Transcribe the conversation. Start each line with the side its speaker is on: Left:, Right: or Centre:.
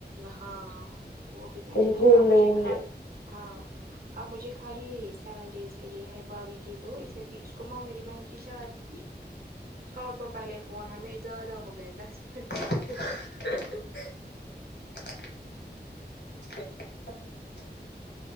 Right: ہاں وہ بھی پہنے
Left: کہیں
Right: لا
Left: گھومنے
Right: اب مجھے
Left: وومنے
Right: کھا ہاں اب مجھے خالی سیون ڈیز کے لیے ہے بھابھی کے دو اس نے دی اس کو مومری بہن کی شادی تھی کاٹو پہلے فون ہمیں زیادہ ہو گیا دس منٹ
Left: <inaudible> <inaudible>